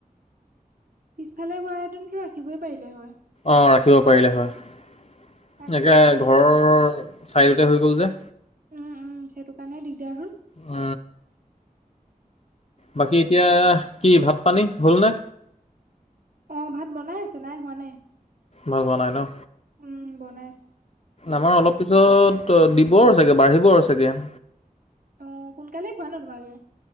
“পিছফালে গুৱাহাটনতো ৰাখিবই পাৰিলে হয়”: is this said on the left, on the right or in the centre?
Right